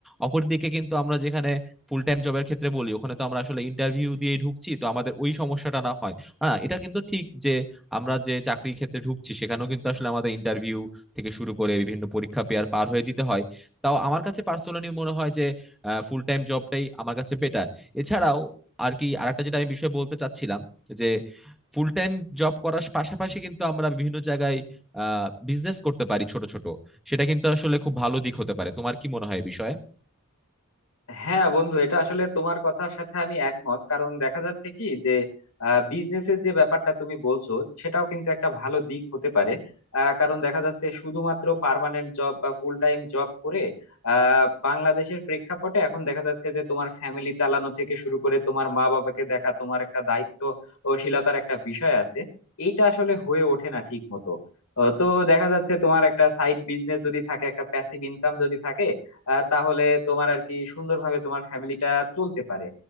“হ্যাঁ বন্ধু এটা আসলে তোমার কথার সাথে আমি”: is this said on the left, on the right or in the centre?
Left